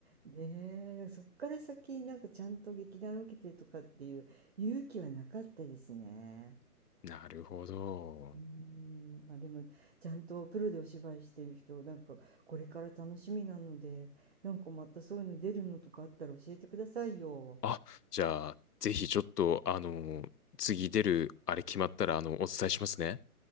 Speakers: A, on the right; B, on the left.
A: ねえ、そっから先、なんかちゃんと劇団受けてとかっていう勇気はなかったですね。
B: なるほど。
A: うーん、まあでも、ちゃんとプロでお芝居してる人、なんかこれから楽しみなので、なんかまたそういうの出るのとかあったら教えてくださいよ。
B: あ、じゃあ、ぜひちょっと、あの、次出る、あれ決まったら、あの、お伝えしますね。